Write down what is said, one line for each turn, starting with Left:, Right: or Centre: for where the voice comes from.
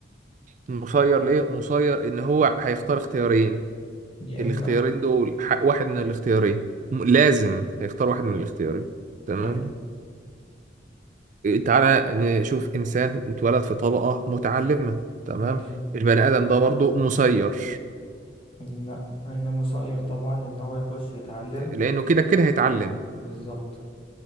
Right: مسير ليه؟ مسير إن هو هيختار اختيارين
Left: يا
Right: الاختيارين
Left: اما
Right: دول ح- واحد من الاختيارين م- لازم هيختار واحد من الاختيارين تمام
Left: حلو
Right: تعالى نشوف إنسان اتولد في طبقة متعلمة تمام
Left: ماشي
Right: البني آدم ده برضو مسير
Left: لا هنا مسير طبعا ان هو يخش يتعلم
Right: لأنه كده كده هيتعلم
Left: بالظبط